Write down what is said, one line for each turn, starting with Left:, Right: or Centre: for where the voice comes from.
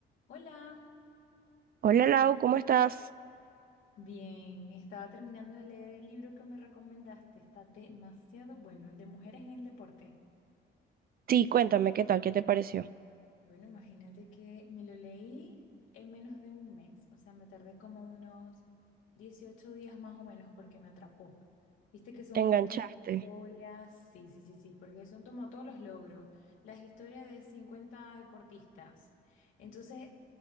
Left: Hola,
Right: Hola Lau, ¿cómo estás?
Left: bien, estaba terminando de leer el libro que me recomendaste, está demasiado bueno, el de mujeres en el deporte.
Right: Sí, cuéntame qué tal, qué te pareció.
Left: Bueno, imagínate que me lo leí en menos de un mes, o sea, me tardé como unos 18 días más o menos porque me atrapó. Viste que son
Right: ¿Te
Left: un
Right: enganchaste?
Left: montón de historias, sí, sí, sí, sí, porque son como todos los logros, las historias de 50 deportistas. Entonces,